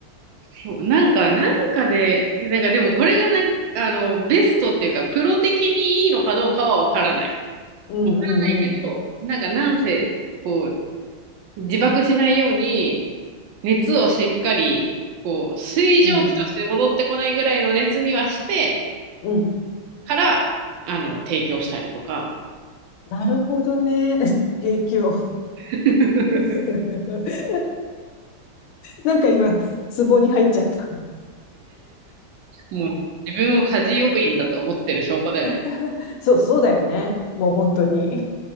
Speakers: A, on the right; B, on the left.
A: そうなんか、なんかで、なんかでもこれがなんあのベストっていうか、プロ的にいいのかどうかはわからない。
B: うんうんうん。
A: ないけど、なんかなんせ、こう、自爆しないように、熱をしっかりこう水蒸気として戻ってこないぐらいの熱にはして
B: うん。うん。
A: からあの提供したりとか
B: なるほどね。<laughs> 提供。
A: <laughs>
B: <laughs> なんか今、壺に入っちゃった。
A: もう自分を家事要員だと思ってる証拠だよね
B: <laughs> そう、そうだよね。もう本当に。